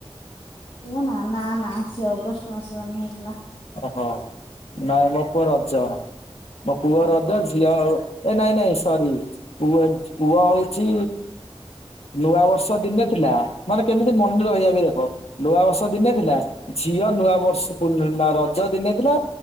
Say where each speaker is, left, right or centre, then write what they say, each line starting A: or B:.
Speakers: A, on the left (about 65°); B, on the left (about 85°).
A: ପୁଅ ନା ନା ନା ସେ ଅଗଷ୍ଟ ମାସ ଜନ୍ମ ହେଇଥିଲା।
B: ଓହୋ ନାଇଁ ମୋ ପୁଅ ରଜ ମୋ ପୁଅ
A: ଓହୋ।
B: ରଜ ଝିଅ ଆଉ ଏ ନାଇଁ ନାଇଁ ସରି ପୁଅ ପୁଅ ହୋଉଛି ନୂଆ ବର୍ଷ ଦିନେ ଥିଲା ମାନେ କେମିତି ମନେ ରହିବା ବି ଦେଖ ନୂଆବର୍ଷ ଦିନେ ଥିଲା ଝିଅ ନୂଆ ବର୍ଷ ପୂର ନା ରଜ ଦିନେ ଥିଲା